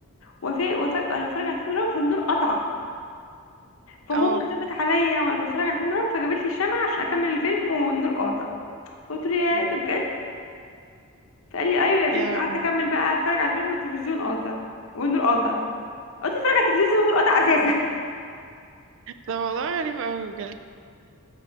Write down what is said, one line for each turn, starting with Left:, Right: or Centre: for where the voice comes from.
Left: وفي وفي انا بتفرج على فيلم رعب فالنور قطع فماما
Right: اه
Left: خافت عليا وانا بتفرج على فيلم رعب فجابت لي شمع عشان اكمل الفيلم والنور قاطع قلت له يا
Right: مم.
Left: ده بجد فقال لي ايوه يا بنتي
Right: يا
Left: قعدت
Right: لهوي.
Left: اكمل بقى اتفرج على الفيلم والتلفزيون قاطع والنور قاطع قلت اتفرج على التلفزيون زي والنور قاطع اساسا
Right: ده موضوع غريب أوي بجد